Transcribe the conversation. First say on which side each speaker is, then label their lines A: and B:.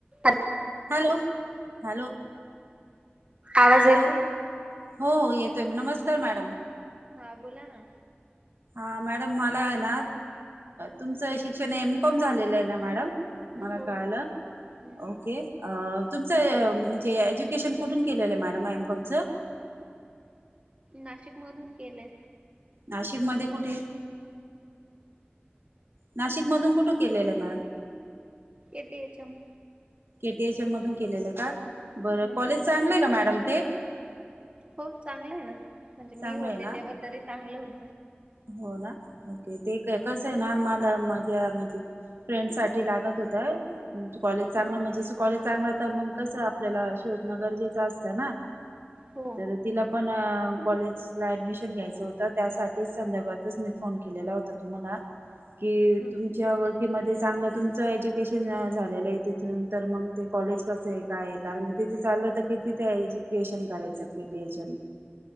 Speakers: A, on the right; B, on the right.
A: Hello
B: hello hello
A: आवाज
B: hello
A: येत
B: हो येतोय नमस्कार मॅडम
A: हा बोला ना
B: हा मॅडम मला आहे ना तुमचं शिक्षण एमकॉम झालेलं आहे ना मॅडम मला
A: हो
B: कालं
A: हो हम्म
B: ओके अ तुम्ही म्हणजे एज्युकेशन कुठून केलेलं आहे मॅडम एमकॉम च
A: नाशिक मधून केलंय
B: नाशिक मध्ये कुठे नाशिकमधून कुठे केलेलं आहे मॅम
A: एटी यजम
B: केटीएय च्या मधून केलेलं का बरं
A: हम्म
B: कॉलेज चांगलंय का मॅडम ते
A: हो चांगलं आहे ना म्हणजे मी
B: चांगलं
A: होते
B: आहे ना
A: तेव्हा तरी चांगलं होत
B: हो ना ओके ते काय कसं आहे ना मला माझ्या म्हणजे फ्रेंड साठी लागत होत कॉलेज चांगलं
A: हम्म
B: म्हणजे कॉलेज चांगला तर मग कसं आपल्याला शोधनगरजेच असतं ना
A: हो
B: तर तिला पण कॉलेजला ऍडमिशन घ्यायचं होतं त्यासाठी तेच संदर्भातच मी फोन केलेला होता तुम्हाला की
A: हम्म
B: तुमच्या आवड किंवा ते चांगलं तुमचं एज्युकेशन झालेलं आहे तिथून तर मग ते कॉलेज कसं आहे काय आहे कारण तिथं चाललं होत की तिथे एज्युकेशन करायच तिथ